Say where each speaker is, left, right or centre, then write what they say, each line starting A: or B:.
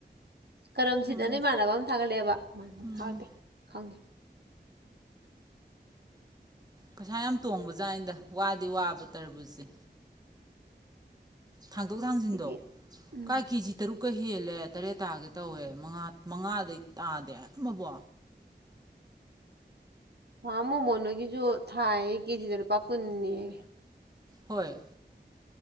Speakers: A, on the right; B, on the right.
A: ꯀꯔꯝ
B: ꯎꯝ
A: ꯁꯤꯠꯅꯅ ꯏꯃꯥꯟꯅꯕ ꯑꯃ ꯊꯥꯒꯠꯂꯛꯑꯦꯕ
B: ꯎꯝ
A: ꯊꯥꯒꯠꯇꯦ ꯈꯪꯗꯦ
B: ꯄꯩꯁꯥ ꯌꯥꯝ ꯇꯣꯡꯕꯖꯥꯠ ꯑꯗ ꯋꯥꯗꯤ ꯋꯥꯕ ꯇꯔꯕꯁꯦ ꯊꯥꯡꯗꯣꯛ ꯊꯥꯡꯖꯤꯟꯗꯣ
A: ꯁꯤꯒꯤ ꯎꯝ
B: ꯀꯥꯏ ꯀꯦꯖꯤ ꯇꯔꯨꯛ ꯑꯃꯨꯛꯀ ꯍꯦꯜꯂꯦ ꯇꯔꯦꯠ ꯇꯥꯒꯦ ꯇꯧꯋꯦ ꯃꯉꯥ ꯃꯉꯥꯗꯩ ꯇꯥꯗꯦ ꯑꯃꯕꯣ
A: ꯃꯥ ꯃꯣꯅꯣ ꯈꯣꯏꯒꯤꯁꯨ ꯊꯥꯏꯌꯦ ꯀꯦꯖꯤꯗ ꯂꯨꯄꯥ ꯀꯨꯟꯅꯤꯌꯦ
B: ꯍꯣꯏ